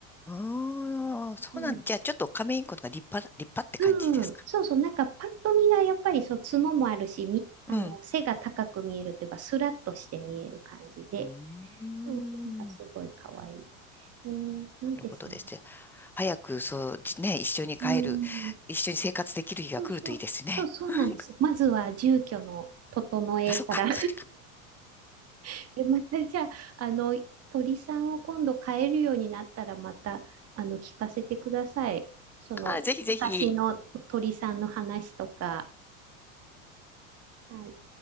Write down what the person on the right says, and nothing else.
うん。
うん、そうそう、なんかパッと見がやっぱりそう角もあるし、み、あの背が高く見えるというか、
スラッとして見える感じで、
うん、なんかすごい可愛い。
えー、いいですね。
うん。
そうそう。そう、そうなんです。
まずは住居の整えから。
<laughs> で、またじゃあ、あの、鳥さんを今度飼えるようになったら、また、あの、聞かせてください。その、
昔の鳥さんの話とか。はい。